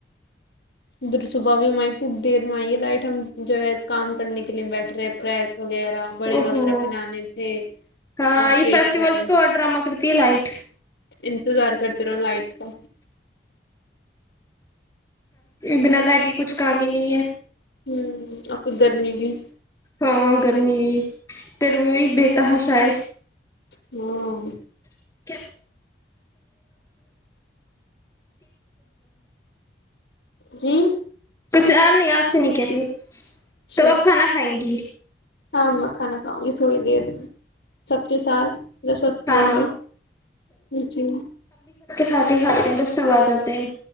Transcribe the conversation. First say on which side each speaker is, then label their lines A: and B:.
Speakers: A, on the left; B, on the left.
A: دھر صبح بھی ہم آئی تھ دیر میں آئیے لائٹ ہم جو ہے کام کرنے کے لیے بیٹھ رہے ہیں پریس وغیرہ بڑے
B: او
A: وغیرہ
B: ہو
A: بنانے تھے
B: ہاں
A: اب
B: یہ
A: ویٹ
B: فیسٹیولس
A: کر رہے
B: پہ اور ڈرامہ کرتی ہے لائٹ
A: انتظار کرتے اتھر لائٹ کا
B: بنا لٹ کے کچھ کام ہی نہیں ہے
A: ہوں، آپ کو گرمی میں
B: ہاں گرمی بھی گرمی بھی بہتاحشا ہے
A: ہاں
B: <unintelligible>
A: جی
B: کچھان نہیں آپ سے نک ج
A: اچھا
B: تب آپ کھانا کھائیں گی
A: ہاں میں کھانا کاؤں گی تھوڑی دیر میں سب کے ساتھ ر سو کھائیں
B: ہاں
A: گے جی
B: کاتی کاتے ہیں توب سوا جاتے ہیں